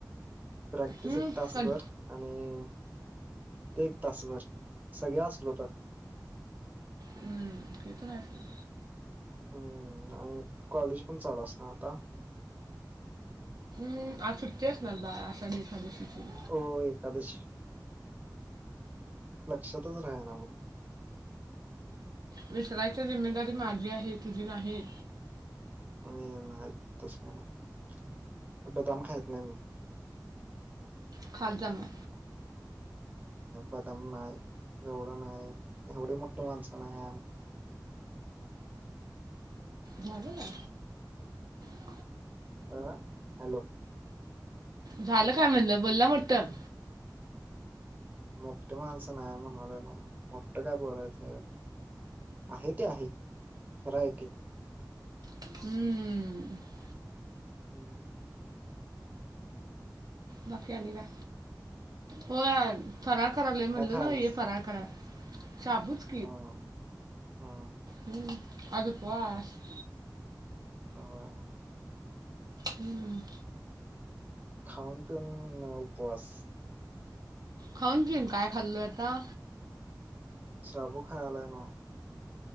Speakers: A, on the right; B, on the right.
A: प्रॅक्टिस
B: हम्म.
A: एक तासभर
B: कण-
A: आणि ते एक तासभर सगळे असलो तर.
B: हम्म. ते तर आहे
A: हम्म आणि मग कॉलेज पण चालू अस ना आता
B: हम्म आज सुट्टी असणार बाळा आषाढी एकादशीची.
A: होय एकादशी लक्षातच राहीना बघ.
B: विसरायची जिम्मेदारी माझी आहे तुझी नाही.
A: आणि नाही तसं काही नाही बदाम खायत नाही मी
B: खात जा मग
A: बदाम नाही एवढ नाही एवढे मोठीे माणसं नाही आम्ही.
B: झालं ना हं
A: आ हॅलो
B: झालं काय म्हणलं बोलला म्हटलं
A: मोठे माणसं नाय म्हणालो नाव मोठ काय बोलायच ह्याज्यात. आहे ते आहे खरा आहे ते.
B: हम्म हम्म.
A: हम्म.
B: बाकीनी काय हो या. फराळ करावले म्हणल
A: काय खायलाच
B: ना ये फरा करा शाबूच.
A: हम हम
B: हम अप. <unintelligible>
A: हो. <unintelligible>
B: हम्म.
A: खाऊन पिऊन ना उपवास.
B: खाऊन पिऊन काय खाल्लं आता.
A: शाबू खायलाय न.